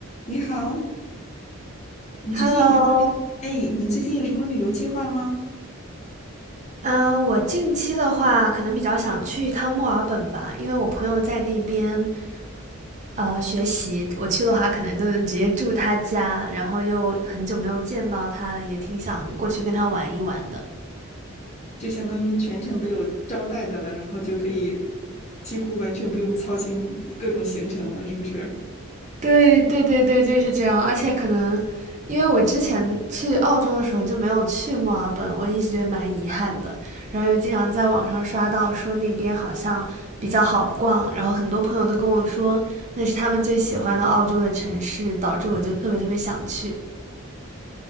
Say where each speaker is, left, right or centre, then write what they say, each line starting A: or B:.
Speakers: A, on the left; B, on the right.
A: 你好，你最近有什么旅？
B: Hello，
A: 哎，你最近有什么旅游计划吗？
B: 啊，我近期的话，可能比较想去一趟墨尔本吧，因为我朋友在那边呃学习，我去的话可能就是直接住他家，然后又很久没有见到他了，也挺想过去跟他玩一玩的。
A: 就相当于全程都有招待的了，然后就可以几乎完全不用操心各种行程了，是不是？
B: 对对对对，就是这样。而且可能因为我之前去澳洲的时候就没有去墨尔本，我一直觉得蛮遗憾的。然后又经常在网上刷到说那边好像比较好逛，然后很多朋友都跟我说那是他们最喜欢的澳洲的城市，导致我就特别特别想去。